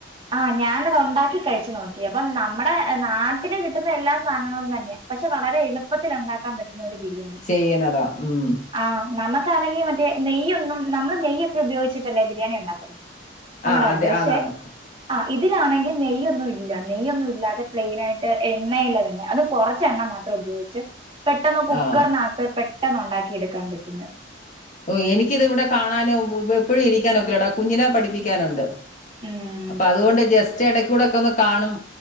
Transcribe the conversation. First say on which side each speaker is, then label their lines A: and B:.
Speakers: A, on the right; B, on the left.
A: ആഹ് ഞാനത് ഒണ്ടാക്കി കഴിച്ചു നോക്കി അപ്പം നമ്മുടെ നാട്ടില് കിട്ട്ന്ന എല്ലാ സാധനങ്ങളും തന്നെയാ പക്ഷെ വളരെ എളുപ്പത്തിൽ ഉണ്ടാക്കാൻ പറ്റുന്ന ഒരു ബിരിയാണി
B: ചെയ്യുന്നതാ ഉം
A: ആഹ് നമ്മക്കാണെങ്കി മറ്റേ നെയ്യൊന്നും നമ്മള് നെയ്യൊക്കെ ഉപയോഗിച്ചിട്ടല്ലേ ബിരിയാണി ഉണ്ടാക്ക്ന്നെ നമ്മടെ
B: ആ
A: നാട്ടിൽ
B: അതെ
A: പക്ഷെ
B: അതാണ്
A: ആ ഇതിലാണെങ്കിൽ നെയ്യ് ഒന്നും ഇല്ല നെയ്യൊന്നും ഇല്ലാതെ പ്ലെയ്നായിട്ട് എണ്ണയില് തന്നെ അതും കൊറച്ച് എണ്ണ മതി <unintelligible> ഉപയോഗിച്ച് പെട്ടെന്ന് കുക്കർനക്
B: ആ
A: ത്ത് പെട്ടെന്ന് ഉണ്ടാക്കി എടുക്കാൻ പറ്റുന്ന
B: ഓ എനിക്കിത് ഇവ്ടെ കാണാനും ഉ എപ്പഴും ഇരിക്കാനൊക്ക്ല്ലെടാ കുഞ്ഞിനെ പഠിപ്പിക്കാനുണ്ട്
A: <unintelligible>
B: അപ്പൊ അതുകൊണ്ട് ജസ്റ്റ് എടക്കൂടൊക്കെ ഒന്ന് കാണും